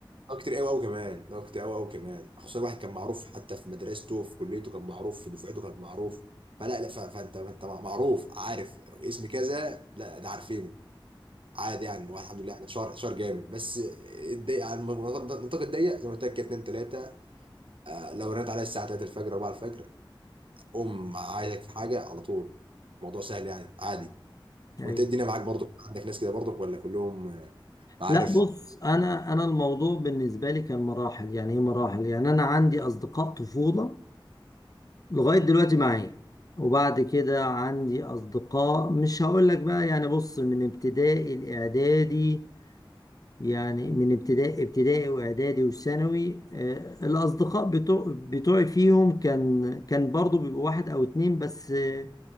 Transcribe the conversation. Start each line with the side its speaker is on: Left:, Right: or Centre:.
Right: اه كتير قوي قوي كمان اه كتير قوي قوي كمان خصوصا الواحد كان معروف حتى في مدرسته في كليته كان معروف في دفعته كان معروف فلا لا ف- فانت فانت معروف عارف اسم كذا لا ده عارفينه عادي يعني الواحد الحمد لله احنا شهر شهر جامد بس الضيق على المناطق- النطاق الضيق زي ما قلت لك كده 2 3 لو رنت عليا الساعه 3 الفجر 4 الفجر قوم عايزك في حاجه على طول الموضوع سهل يعني عادي
Left: يعني
Right: وانت إيه الدنيا معاك برضك عندك ناس كده برضك ولا كلهم آه، عارف
Left: لا بص أنا أنا الموضوع بالنسبة لي كان مراحل يعني إيه مراحل يعني أنا عندي أصدقاء طفولة لغاية دلوقتي معايا وبعد كده عندي أصدقاء مش هقول لك بقى يعني بص من ابتدائي الإعدادي يعني من ابتدائي ابتدائي وإعدادي وثانوي آه، الأصدقاء بتوع بتوعي فيهم كان كان برضو بيبقوا واحد أو اتنين بس آه،